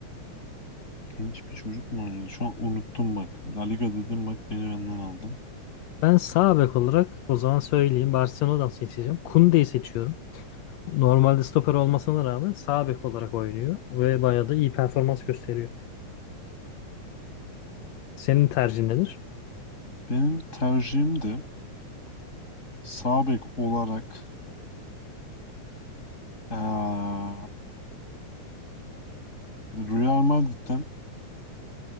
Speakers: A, on the left; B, on the left.
A: Genç bir çocuk mu oynuyordu? Şu an unuttum bak. La Liga dedim bak beni benden aldın.
B: Ben sağ bek olarak o zaman söyleyeyim. Barcelona'dan seçeceğim. Koundé'yi seçiyorum. Normalde stoper olmasına rağmen sağ bek olarak oynuyor ve bayağı da iyi performans gösteriyor. Senin tercihin nedir?
A: Benim tercihim de sağ bek olarak eee, Real Madrid'den